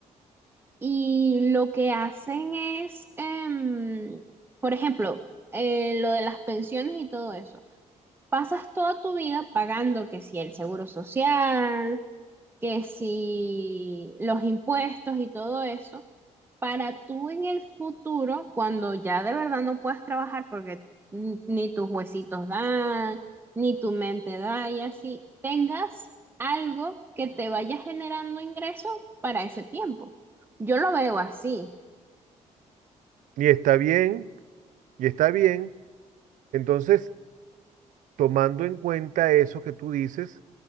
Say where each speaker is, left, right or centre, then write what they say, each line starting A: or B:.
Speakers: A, on the right; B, on the right.
A: Y lo que hacen es, em, por ejemplo, eh, lo de las pensiones y todo eso. Pasas toda tu vida pagando que si el seguro social, que si los impuestos y todo eso. Para tú en el futuro, cuando ya de verdad no puedas trabajar porque n- ni tus huesitos dan, ni tu mente da y así, tengas algo que te vaya generando ingresos para ese tiempo. Yo lo veo así.
B: Y está bien, y está bien. Entonces, tomando en cuenta eso que tú dices,